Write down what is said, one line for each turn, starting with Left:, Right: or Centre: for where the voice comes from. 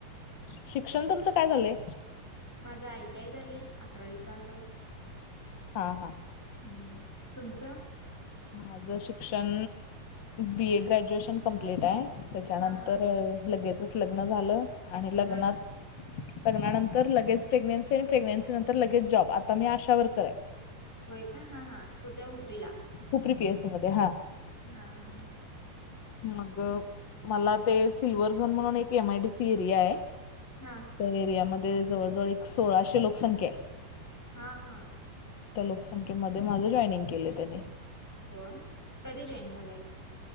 Left: शिक्षण तुमचं काय झालंय?
Centre: माझ आय टी आय झालय. अकरावी पास आउट.
Left: हां. हां.
Centre: हम्म. तुमचं?
Left: माझं शिक्षण? बी ए ग्रॅज्युएशन कमप्लीट आहे. त्याच्यानंतर
Centre: हा हा
Left: लगेचच लग्न झालं. आणि लग्नात-
Centre: हा हा
Left: लग्नानंतर लगेच प्रेग्नेन्सी आणि प्रेग्नेन्सी नंतर लगेच जॉब. आता मी आशावर्कर आहे.
Centre: होय का? हां. हां. कुठ हुपरीला?
Left: हुपरी पी. एस. सी मध्ये हां.
Centre: हां. हां. हां.
Left: मग मला ते सिल्वर झोन म्हणून एक M. I. D. C area आहे.
Centre: हां.
Left: त्या एरियामध्ये जवळजवळ एक सोळाशे लोकसंख्या आहे.
Centre: हां. हां.
Left: त्या लोकसंख्येमध्ये माझं जॉइनिंग केलंय त्यांनी.
Centre: हो? कधी जॉईन झालाय तुम्ही?